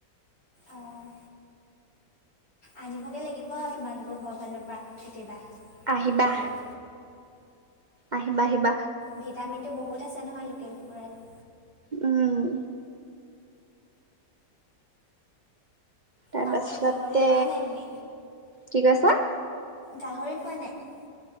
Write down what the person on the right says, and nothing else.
আহিবা।
আহিবা, আহিবা।
উম। তাৰপাছতে,
কি কৈছা?